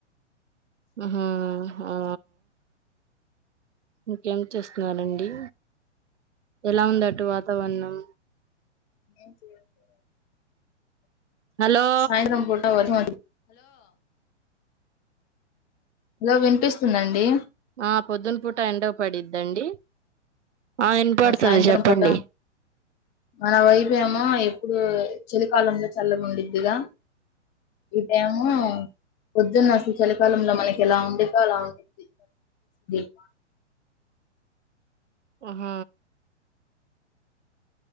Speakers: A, on the right; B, on the left.
A: హ్మ్మ్ మ్మ్ ఆ ఇంకేం చేస్తున్నారండి ఎలా ఉండదటు వాతావరణం
B: ఏం చేయ
A: హలో
B: సాయత్రం పూ ఎవర్నో అడుగు హలో వినిపిస్తుందండి
A: ఆ పొద్దున పూట ఎండ పడిద్దండి ఆ వినపడుతుంది
B: సాయంత్రం
A: చెప్పండి
B: పూట మన వైపు ఏమో ఎప్పుడు చలికాలంలో చల్ల ఉండిద్దుగా ఈటు ఏమో పొద్దున్న అసలు చలికాలంలో మనకి ఎలా వండితే అలా ఉండిద్ది <inaudible>
A: హ్మ్మ్